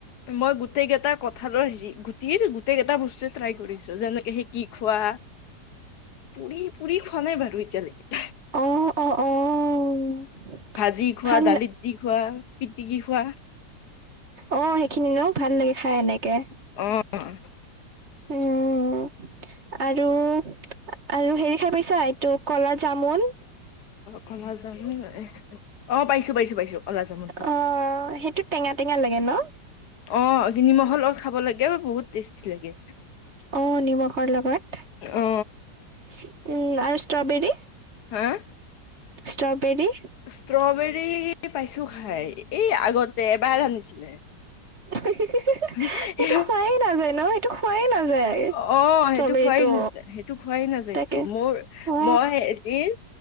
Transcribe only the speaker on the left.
মই গোটেইগেইটা কঁঠালৰ হে গুটিৰ গোটেই গেটা বস্তুৱে ট্ৰাই কৰিছো যেনেকে হেই- কি খোৱা পুৰি পুৰি খোৱা নাই বাৰু এতিয়ালৈকে।
ভাজি খোৱা
দালিত দি খোৱা পিটিকি খোৱা।
অঁ অঁ'
ক'লা যামুন এহ অঁ' পাইছোঁ পাইছোঁ পাইছোঁ ক'লা যামোন।
অঁ নিমখ লগত খাব লাগে অও বহুত টেষ্টি লাগে।
অ
হাঁ!
ষ্ট্ৰবেৰী পাইছোঁ খাই এই আগতে এবাৰ আনিছিলে।
<inaudible>
অ
সেইটো খোৱাই নাযায়, সেইটো খোৱাই নাযায়টো।
মোৰ
মই এদিন